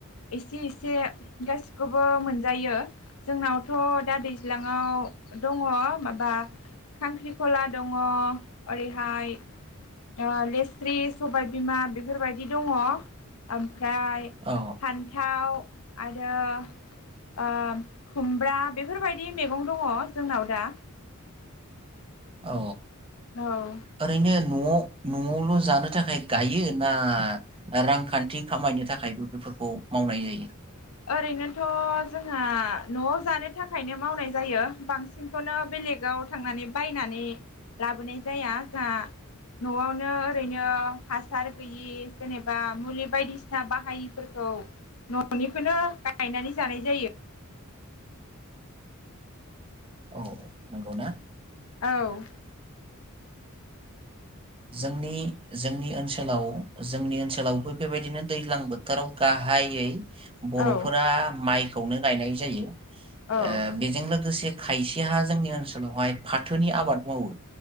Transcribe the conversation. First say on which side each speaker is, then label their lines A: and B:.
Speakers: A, on the left; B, on the right.
A: एसे एसे गासैखौबो मोनजायो जोंनावथ' दा दैज्लाङाव दड माबा खांख्रिखला दङ ओरैहाय ओ लेस स्रि सबाय बिमा बेफोरबायदि दङ आम ओमफ्राय
B: औ
A: फान्थाव आरो ओ खुमब्रा बेफोर बायदि मैगं दङ जोंनाव दा।
B: औ।
A: औ
B: ओरैेनो न' न'आवल' जानो थाखाय गायो ना रांखान्थि खामायनो थाखायबो बेफोरखौ मावनाय जायो?
A: ओरैनोथ' जोंहा न'आव जानो थाखायनो मावनाय जायो बांसिनखौनो बेलेगाव थांनानै बायनानै नै लाबोनाय जाया जोंहा न'आवनो ओरैनो हासार गैयि जेनेबा मुलि बायदिसिना बाहायिफोरखौ न'नि बेखौनो गायनानै जानाय जायो।
B: औ औ नंगौ ना?
A: औ।
B: जोंनि जोंनि ओनसोलाव जोंनि ओनसोलावबो बेबायदिनो दैज्लां बोथोराव गाहायै बर'फोरा
A: औ
B: माइ खौनो गायनाय जायो।
A: औ
B: ओ बेजों लोगोसे खायसेहा जोंनि ओनसोलाव हाय फाथोनि आबाद मावो।